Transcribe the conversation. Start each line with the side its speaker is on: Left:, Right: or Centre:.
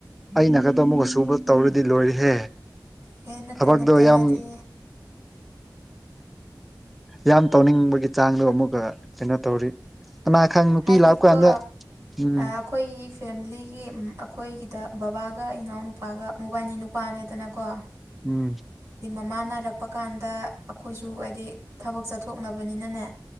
Centre: ꯑꯩꯅ ꯈꯛꯇ ꯑꯃꯨꯛꯀ ꯁꯨꯕ ꯇꯧꯔꯗꯤ ꯂꯣꯏꯔꯦꯍꯦ
Right: ꯍꯦ ꯅꯠꯇꯦ
Centre: ꯊꯕꯛꯇꯣ
Right: ꯅꯠꯇꯦ
Centre: ꯌꯥꯝ
Right: ꯍꯥꯏꯗꯤ
Centre: ꯌꯥꯝ ꯇꯧꯅꯤꯡꯕꯒꯤ ꯆꯥꯡꯗꯣ ꯑꯃꯨꯛꯀ ꯀꯩꯅꯣ ꯇꯧꯔꯤ ꯀꯅꯥ ꯈꯪ ꯅꯨꯄꯤ
Right: ꯍꯥꯏꯗꯤꯀꯣ
Centre: ꯂꯥꯛꯄ ꯀꯥꯟꯗ ꯎꯝ
Right: ꯑꯩꯈꯣꯏꯒꯤ ꯐꯦꯃꯤꯂꯤꯒꯤ ꯑꯩꯈꯣꯏꯒꯤꯗ ꯕꯕꯥꯒ ꯏꯅꯥꯎ ꯅꯨꯄꯥꯒ ꯃꯣꯕꯥꯏꯜꯅꯤ ꯅꯨꯄꯥꯅꯤꯗꯅꯀꯣ
Centre: ꯎꯝ
Right: ꯃꯥꯟꯅꯔꯛꯄ ꯀꯥꯟꯗ ꯑꯩꯈꯣꯏꯁꯨ ꯍꯥꯏꯗꯤ ꯊꯕꯛ ꯆꯠꯊꯣꯛꯅꯕꯅꯤꯅꯅꯦ